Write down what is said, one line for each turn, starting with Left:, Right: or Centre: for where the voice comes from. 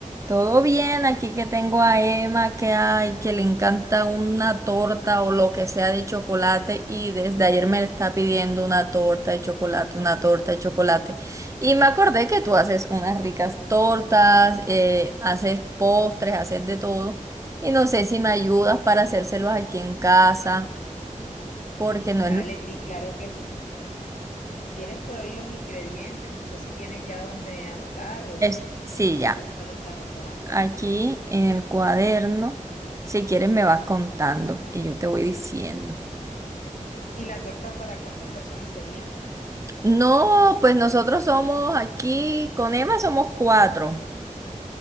Right: Todo bien, aquí que tengo a Emma, que hay, que le encanta una torta o lo que sea de chocolate y desde ayer me está pidiendo una torta de chocolate, una torta de chocolate. Y me acordé que tú haces unas ricas tortas, eh, haces postres, haces de todo y no sé si me ayudas para hacérselos aquí en casa, porque no
Left: Dale,
Right: es... lo-
Left: Pri, claro que sí. Si quieres, te doy los ingredientes. No sé si tienes ya dónde anotar o,
Right: es sí,
Left: o
Right: ya.
Left: buscas dónde anotar.
Right: aquí en el cuaderno. Si quieres, me vas contando y yo te voy diciendo.
Left: ¿Y la torta para cuántas personas sería?
Right: No, pues nosotros somos aquí, con Emma somos cuatro.